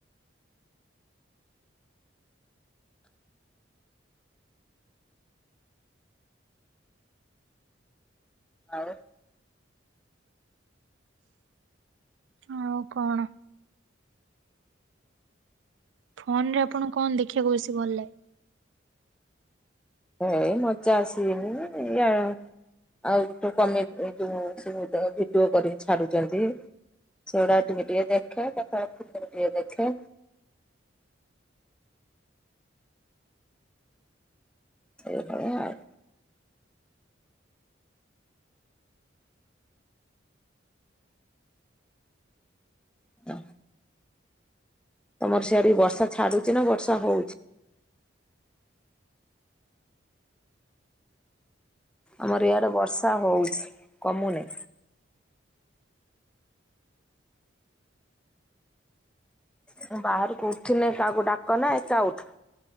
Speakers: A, in the centre; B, on the right.
A: ଆଉ
B: ଆଉ କଣ? ଫୋନ୍ ରେ ଆପଣ କଣ ବେଶୀ ଦେଖିବାକୁ ଭଲ ଲାଗେ।
A: ଏ ମଜା ଆସିଯନି ଜା ଆଉ ଗୋଟେ କମେ ଯୋଉ ଭିଡିଓ କରିକି ଛାଡୁଛନ୍ତି। ସେଗୁଡା ଟିକେ ଟିକେ ଦେଖେ କେତେବେଳେ ଫୁଲିମ ଟିକେ ଦେଖେ। ସେଇଭଳିଆ ଆଉ। ଅ ତମର ସିଆଡି ବି ବର୍ଷା ଛାଡୁଛି ନା ବର୍ଷା ହଉଛି। ଆମର ଇଆଡେ ବର୍ଷା ହଉଚି କମୁନି। ମୁଁ ବାହାରକୁ ଉଠିନି କାହାକୁ ଡାକ ନା ଏକା ଉଠ